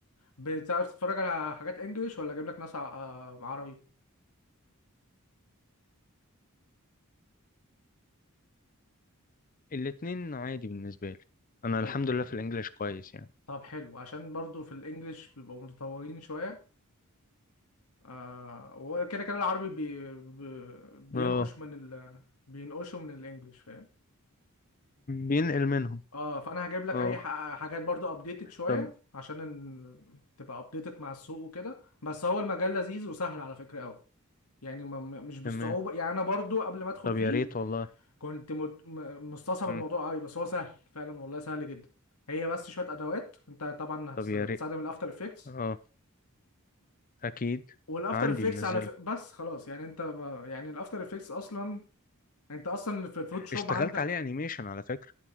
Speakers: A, on the left; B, on the left.
A: بتعرف تتفرج على حاجات انجليش ولا اجيب لك ناس ع- آه، عربي
B: الاتنين عادي بالنسبة لي أنا
A: طيب
B: الحمد لله في الإنجليش كويس يعني
A: طب حلو عشان برضو في الانجليش بيبقوا متطورين شوية آه وكده كده العربي بي... بي... بينقش
B: اه
A: من ال... بينقشوا من الانجليش فاهم
B: بينقل منهم
A: اه فانا هجيب لك
B: اه
A: اي ح- حاجات برضو ابديتد شويه
B: طب
A: عشان ال- تبقى ابديتد مع السوق وكده بس هو المجال لذيذ وسهل على فكره قوي يعني ما- ما- مش بالصعوبه
B: تمام
A: يعني انا برضو قبل ما ادخل
B: طب
A: فيه
B: يا ريت والله
A: كنت مت- م- مستصعب
B: مم.
A: الموضوع قوي بس هو سهل فعلا والله سهل جدا هي بس شويه ادوات انت طبعا هتست-
B: طب يا
A: هتستخدم
B: ريت
A: الافتر افكتس
B: اه أكيد
A: والافتر
B: عندي
A: افكتس
B: منزله
A: على ف... بس خلاص يعني انت ما- يعني الافتر افكتس اصلا انت اصلا في الفوتوشوب
B: اشتغلت
A: عندك
B: عليه أنيميشن على فكرة